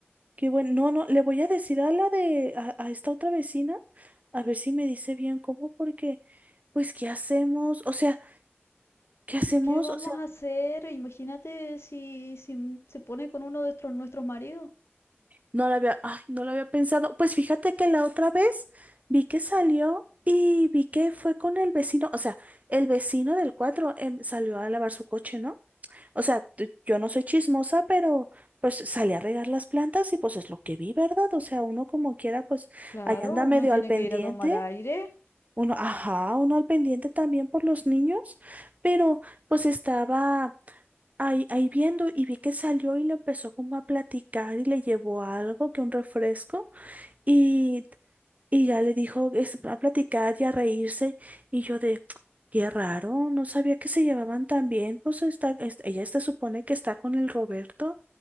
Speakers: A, on the right; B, on the left.
A: qué buen. No, no, le voy a decir a la de, a, a esta otra vecina, a ver si me dice bien cómo, porque, pues, ¿qué hacemos? O sea, ¿qué hacemos?
B: ¿Qué vamos
A: O sea,
B: a hacer? Imagínate si, si m- se pone con uno de estos- nuestros maridos.
A: no la había, ay, no la había pensado. Pues fíjate que la otra vez vi que salió y vi que fue con el vecino, o sea, el vecino del 4 salió a lavar su coche, ¿no? O sea, t- yo no soy chismosa, pero pues salí a regar las plantas y pues es lo que vi, ¿verdad? O sea, uno como quiera, pues
B: Claro,
A: ahí anda
B: uno
A: medio
B: tiene
A: al pendiente.
B: que ir a tomar aire.
A: Uno, ajá, uno al pendiente también por los niños, pero pues estaba ahí, ahí viendo y vi que salió y le empezó como a platicar y le llevó algo, que un refresco. y y ya le dijo es, a platicar y a reírse. Y yo de, qué raro, no sabía que se llevaban tan bien. Pues está, es- ella se supone que está con el Roberto,